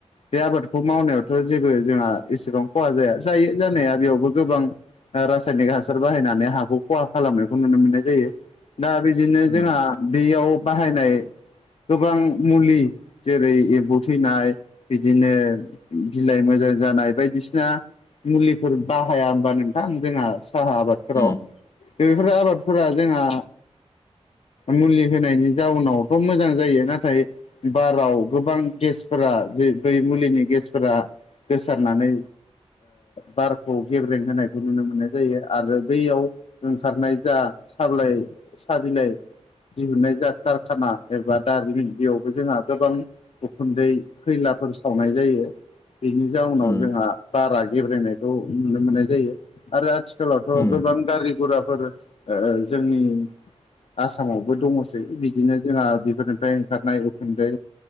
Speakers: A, on the left; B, on the left.
A: बे आबादखौ मावनायावथ' जेबो जोंहा एसेबां खहा जाया जायो जानाया बेयावबो गोबां रासायनिक हासार बाहायनानै हाखौ खहा खालामनायखौ नुनो मोननाय जायो दा बिदिनो
B: उम
A: जोंहा बेयाव बाहायनाय गोबां मुलि जेरै एम्बु थैनाय बिदिनो बिलाइ मोजां जानाय बायदिसिना मुलिफोर बाह हाया होनोमबा नोंथां जोंहा साहा आबादफोराव
B: उम
A: द बेफोरो आबादफोरा जोंहा मुलि होनायनि जाउनावथ' मोजां जायो नाथाय बाराव गोबां गेसफोरा दै मुलिनि गेसफोरा गोसारनानै बार खौ गेब्रें होनायखौ नुनो मोननाय जायो आरो बैयाव ओंखारनाय जा साब्लाय सबिलाइ दिहुननाय जा कारखाना एबा दारिमिन बेयावबो जोंहा गोबां उखुन्दै खैलाफोर सावनाय जायो बेनि जाउनाव
B: उम
A: जोंहा बारा गेब्रेनायखौ नुनो मोननाय जायो आरो आथिखालावथ'
B: उम
A: गोबां गारि राफोर जोंनि आसामावबो दङसै बिदिनो जोंहा बेफोरनिफ्राय ओंखारनाय उखुन्दै